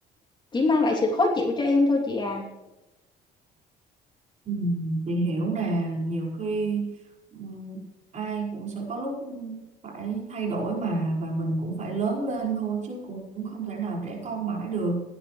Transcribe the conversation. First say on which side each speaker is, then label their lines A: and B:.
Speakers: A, on the left (about 25°); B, on the right (about 45°).
A: chỉ mang lại sự khó chịu cho em thôi chị à
B: Ừ, Chị hiểu nè, nhiều khi ừ, ai cũng sẽ có lúc phải thay đổi mà và mình cũng phải lớn lên thôi chứ cũng cũng không thể nào trẻ con mãi được.